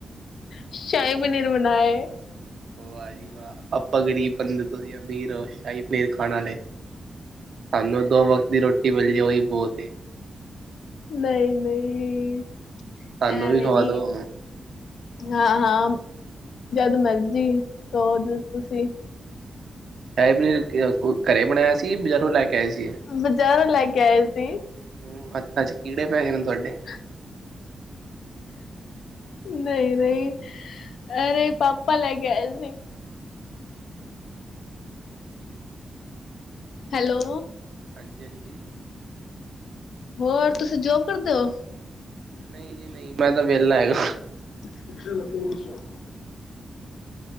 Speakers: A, on the left; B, on the right.
A: ਸ਼ਾਹੀ ਪਨੀਰ ਬਣਾਇਆ ਏ।
B: ਵਾਹ ਜੀ ਵਾਹ ਆਪਾਂ ਗ਼ਰੀਬ ਬੰਦੇ ਤੁਸੀਂ ਅਮੀਰ ਹੋ ਸ਼ਾਹੀ ਪਨੀਰ ਖਾਣ ਵਾਲੇ। ਸਾਨੂੰ ਦੋ ਵਕਤ ਦੀ ਰੋਟੀ ਮਿਲ ਜੇ ਉਹੀ ਬਹੁਤ ਹੈ।
A: ਨਹੀਂ ਨਹੀਂ
B: ਸਾਨੂੰ
A: ਐਵੇਂ
B: ਵੀ ਖਵਾ
A: ਨੀ।
B: ਦੋ
A: ਹਾਂ ਹਾਂ ਜਦ ਮਰਜ਼ੀ ਕਹੂੰ ਤੁਸੀਂ।
B: ਸ਼ਾਹੀ ਪਨੀਰ ਘਰੇ ਬਣਾਇਆ ਸੀ। ਕਿ ਬਜ਼ਾਰੋਂ ਲੈ ਕੇ ਆਏ ਸੀ।
A: ਬਜ਼ਾਰੋਂ ਲੈ ਕੇ ਆਏ ਸੀ।
B: <unintelligible> ਕੀੜੇ ਪੈ ਗਏ ਨੇ ਤੁਹਾਡੇ।
A: <unintelligible> ਨਹੀਂ ਨਹੀਂ ਅਰੇ ਪਾਪਾ ਲੈ ਕੇ ਆਏ ਸੀ। ਹੈਲੋ
B: ਹਾਂਜੀ ਹਾਂਜੀ
A: ਹੋਰ ਤੁਸੀਂ ਜੋਬ ਕਰਦੇ ਹੋ?
B: ਨਹੀਂ ਜੀ ਨਹੀਂ ਮੈਂ ਤਾਂ ਵਿਹਲਾ ਹੈਗਾ।
A: <unintelligible>